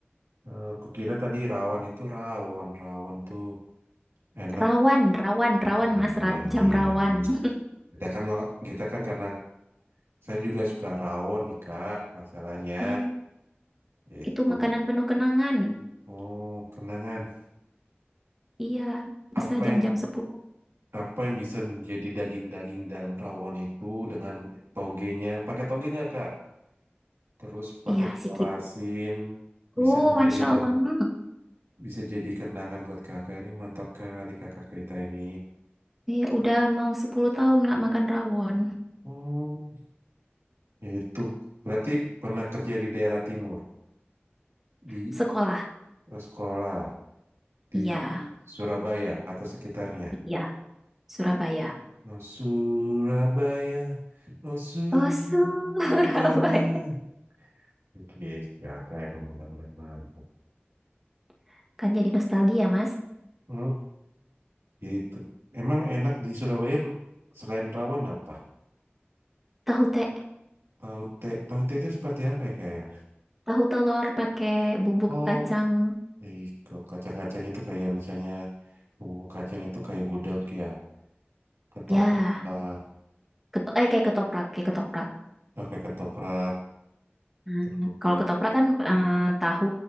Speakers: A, on the right; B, in the centre.
A: Eh, kukira tadi rawon itu rawon, rawon tuh enak.
B: Rawan, rawan, rawan, Mas,
A: Iya,
B: ra- jam
A: iya.
B: rawan. <laughs>
A: Kita kan nggak, kita kan karena saya juga suka rawon nih, Kak. Masalahnya
B: Ih,
A: itu.
B: itu makanan penuh kenangan.
A: Oh, kenangan.
B: Iya,
A: Apa
B: bisa jam-jam
A: yang
B: sepuluh.
A: Apa yang bisa menjadi daging-daging dalam rawon itu dengan togenya? Pakai toge nggak, Kak? Terus pakai
B: Iya,
A: telur
B: sikit.
A: asin
B: Oh,
A: bisa menjadikan
B: Masya Allah. Hmm.
A: bisa jadi kenangan buat kakak ini mantap kali kakak kita ini.
B: Iya, udah mau 10 tahun nggak makan rawon.
A: Oh, itu berarti pernah kerja di daerah timur, di
B: Sekolah.
A: eh, sekolah di
B: Iya,
A: Surabaya atau sekitarnya.
B: iya, Surabaya.
A: Oh, Surabaya, oh Surabaya.
B: Oh, Surabaya.
A: Oke, kakak emang benar-benar mantap.
B: <laughs> Kan jadi nostalgia, Mas.
A: Oh, gitu. Emang enak di Surabaya selain rawon apa?
B: Tahu te,
A: Taute, taute itu seperti apa ya kayak?
B: tahu telur pakai bumbu
A: Oh,
B: kacang.
A: Iko, kacang-kacang itu kayak misalnya bumbu kacang itu kayak gudeg ya, ketoprak,
B: Ya, keto eh kayak ketoprak, kayak ketoprak.
A: pakai ketoprak,
B: Hmm,
A: terus
B: kalau ketoprak kan eh, tahu,